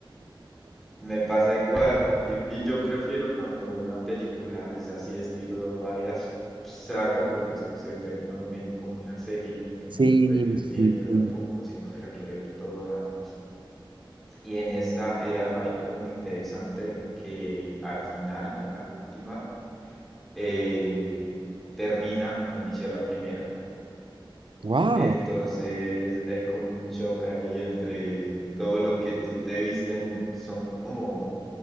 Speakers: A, in the centre; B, on the right.
A: Me pasa igual. Y, y yo prefiero cuando una película es así, estilo varias sagas, porque es que se termina volviendo como una serie que
B: Sí,
A: uno se puede ir viendo
B: sí,
A: de
B: sí.
A: a poco si no se la quiere ver toda. Y en esta eh, ha- hay algo muy interesante que al final, en la última, eh, termina como inició la primera.
B: Wow,
A: Entonces hay como un choque ahí entre todo lo que tú te visten, son como